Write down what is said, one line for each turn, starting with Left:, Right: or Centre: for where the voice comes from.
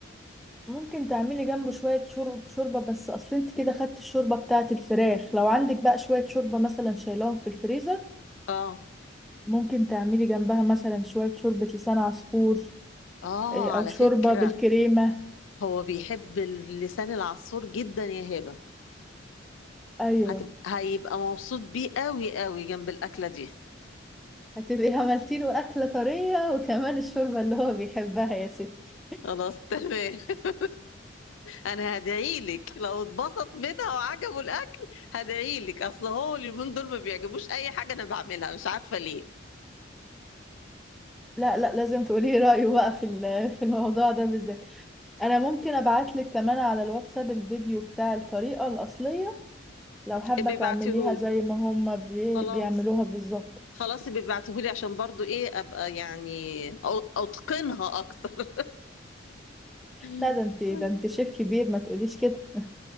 Centre: ممكن تعملي جنبه شوية شرب شوربة بس أصل أنت كده خدت الشوربة بتاعة الفراخ لو عندك بقى شوية شوربة مثلا شايلاهم في الفريزر
Left: اه
Centre: ممكن تعملي جنبها مثلا شوية شوربة لسان عصفور
Left: اه
Centre: إيه، أو
Left: على
Centre: شوربة
Left: فكرة
Centre: بالكريمة
Left: هو بيحب اللسان العصفور جدا يا هبة
Centre: أيوة
Left: هتبقى هيبقى مبسوط بيه قوي قوي جنب الأكلة دي
Centre: هتبقي عملتي له أكلة طرية وكمان الشوربة اللي هو بيحبها يا ستي
Left: خلاص تمام <laughs> انا هدعي لك لو اتبسط منها وعجبه الاكل هدعي لك اصل هو اليومين دول ما بيعجبوش اي حاجه انا بعملها مش عارفه ليه
Centre: لا لا لازم تقولي رأيه بقى في ال- في الموضوع ده بالذات أنا ممكن أبعتلك كمان على الواتساب الفيديو بتاع الطريقة الأصلية لو حابة
Left: ابقي
Centre: تعمليها
Left: بعتيهولي
Centre: زي ما هم بي...
Left: خلاص
Centre: بيعملوها بالظبط
Left: خلاص ابقي بعتيهولي عشان برضو ايه ابقى يعني أ- اتقنها اكتر
Centre: لا
Left: <laughs>
Centre: ده انت ده انت شيف كبير ما تقوليش كده <laughs>